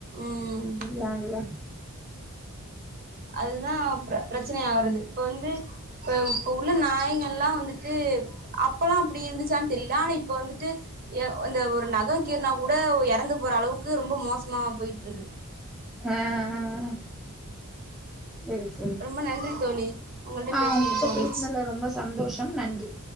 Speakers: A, on the right; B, in the centre.
A: ம்
B: நாங்க இல்ல
A: அதுதா பிரச்சன ஆகுறது இப்ப வந்து இப்ப உள்ள நாயங்க எல்லா வந்துட்டு அப்பெல்லா அப்டி இருந்துச்சான்னு தெரியல ஆனா இப்ப வந்து ட்டு அந்த ஒரு நக கீர்னா கூட எறந்து போற அளவுக்கு ரொம்ப மோசமா போயிட்டு இருக்கு
B: ஆ அஹ ஹ சரி சரி
A: ரொம்ப நன்றி தோழி உங்கள்ட்ட
B: ஆ
A: பேசுனது
B: உங்ககிட்ட
A: மிக்க மகிழ்ச்சி
B: பேசினதுல ரொம்ப சந்தோஷம் நன்றி